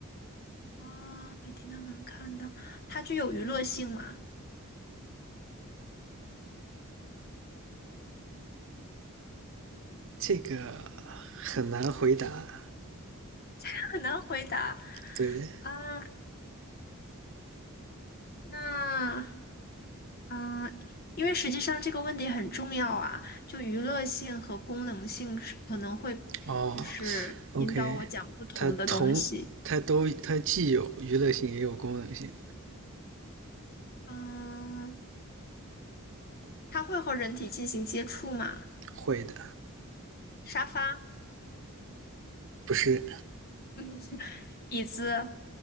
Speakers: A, on the left; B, on the right.
A: 啊、每天都能看到，它具有娱乐性吗？
B: 这个很难回答，
A: <laughs> 很难回答
B: 对。
A: 啊。那啊、呃因为实际上这个问题很重要啊，就娱乐性和功能性是可能会
B: 哦
A: 就是引导我讲不同的东西。
B: ，OK，它同它都它既有娱乐性也有功能性，
A: 嗯，它会和人体进行接触吗？
B: 会的，
A: 沙发。
B: 不是
A: <laughs> 椅子，